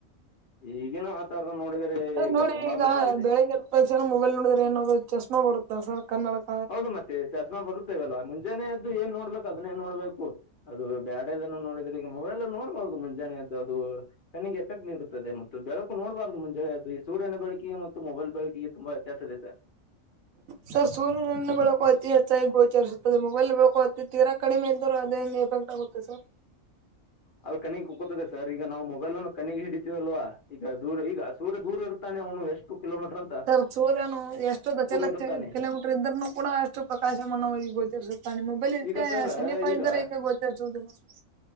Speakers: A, on the left; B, on the right.
A: ಈಗಿನ ವಾತಾವರಣ ನೋಡಿದರೆ
B: ಸರ್
A: ಈಗ
B: ನೋಡಿ
A: ತುಂಬಾ ಬದಲಾಗಿದೆ.
B: ಬೆಳಿಗ್ಗೆ ಎದ್ದ ತಕ್ಷಣ ಮೊಬೈಲ್ ನೋಡಿದ್ರೆ ಏನಾದ್ರೂ ಚಸ್ಮಾ ಬರುತ್ತ ಸರ್ ಕನ್ನಡಕ್
A: ಹೌದು ಮತ್ತೆ ಚಸ್ಮಾ ಬರುತ್ತೇವಲ್ವಾ ಮುಂಜಾನೆ ಎದ್ದು ಏನ್ ನೋಡ್ಬೇಕು ಅದನ್ನೆ ನೋಡ್ಬೇಕು. ಅದು ಬ್ಯಾಡದನ್ನು ನೋಡಿದ್ರೆ ಈಗ ಮೊಬೈಲ್ ನೋಡ್ಬಹುದು ಮುಂಜಾನೆ ಎದ್ದು ಅದು ಕಣ್ಣಿಗೆ ಎಫೆಕ್ಟ್ ನೀಡುತ್ತದೆ ಮತ್ತು ಬೆಳಕು ನೋಡ್ಬಾರ್ದು ಮುಂಜಾನೆ ಎದ್ದು ಈ ಸೂರ್ಯನ ಬೆಳಕಿಗೆ ಮತ್ ತ್ತ್ ಮೊಬೈಲ್ ಬೆಳಕಿಗೆ ತುಂಬಾ ವ್ಯತ್ಯಾಸ ಇದೆ ಸರ್
B: ಸರ್ ಸೂರ್ಯನನ್ನ ಬೆಳಕು ಅತಿ ಹೆಚ್ಚಾಗಿ ಗೋಚರಿಸುತ್ತದೆ ಮೊಬೈಲ್ ಬೆಳಕು ಅತಿ ತೀರಾ ಕಡಿಮೆ ಇದ್ದರೂ ಅದು ಹೆಂಗೆ ಕಂಟಗುತ್ತೆ ಸರ್
A: ಅದು ಕಣ್ಣಿಗ್ ಕುಕುತ್ತದೆ ಸರ್ ಈಗ ನಾವು ಮೊಬೈಲ್ ಅನ್ನು ಕಣ್ಣಿಗೆ ಹಿಡಿತಿವಲ್ವಾ ಈಗ ದೂರ ಈಗ ಸೂರ್ಯ ದೂರ ಇರುತ್ತ್ ತಾನೆ ಅವನು ಎಷ್ಟು ಕಿಲೋ ಮೀಟರ್ ಅಂತ್
B: ಸರ್ ಸೂರ್ಯನು ಎಷ್ಟು ದಶಲಕ್ಷ
A: ಇರುತ್ತಾನೆ
B: ಕಿಲೋಮೀಟರ್ ಇದ್ರನು ಕೂಡ ಅಷ್ಟು ಪ್ರಕಾಶಮಾನವಾಗಿ ಗೋಚರಿಸುತ್ತ್ ಮೊಬೈಲ್ ಇದ್ರೆ
A: ಈಗ ಸರ್
B: ಸನ್ನೀಪಾ
A: ಈಗ
B: ಇದ್ದರೆ ಗೋಚರಿಸುದಿಲ್ಲ ಸರ್